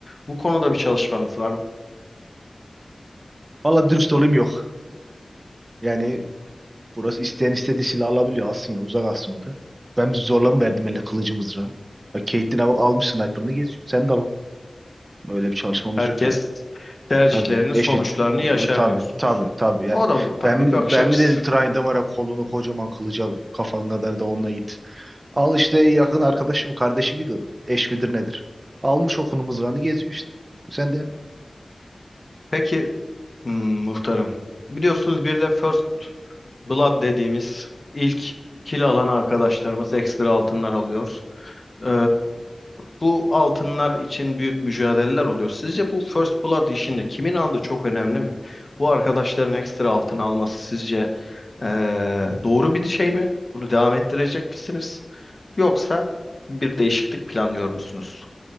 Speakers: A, on the left (about 45°); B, on the right (about 45°).
A: Bu konuda bir çalışmanız var mı?
B: Valla dürüst olayım yok. Yani burası isteyen istediği silah alabiliyor. Alsın ya uzak alsın o da. Ben bir zorla mı verdim elle kılıcı mızrağı? Bak Caitlyn'e bak almış sniper'ını geç. Sen de al. Öyle bir çalışmamız
A: Herkes
B: yok yani.
A: tercihlerinin
B: Tabii eşit.
A: sonuçlarını
B: Hı,
A: yaşar
B: e, Tabii
A: diyorsunuz.
B: tabii tabii yani.
A: O da bu tabii
B: Ben mi,
A: bir bakış
B: ben
A: açısı.
B: mi dedim Trine Damar'a kolunu kocaman kılıcı al. Kafan kadar da onunla it. Al işte yakın arkadaşım kardeşim miydi o? Eş midir nedir? Almış okunumuz mızrağını geziyor işte. Sen de yap.
A: Peki hmm, muhtarım. Biliyorsunuz bir de First Blood dediğimiz ilk kil alan arkadaşlarımız ekstra altınlar alıyor. Ee, bu altınlar için büyük mücadeleler oluyor. Sizce bu First Blood işinde kimin aldığı çok önemli mi? Bu arkadaşların ekstra altın alması sizce ee, doğru bir şey mi? Bunu devam ettirecek misiniz? Yoksa bir değişiklik planlıyor musunuz?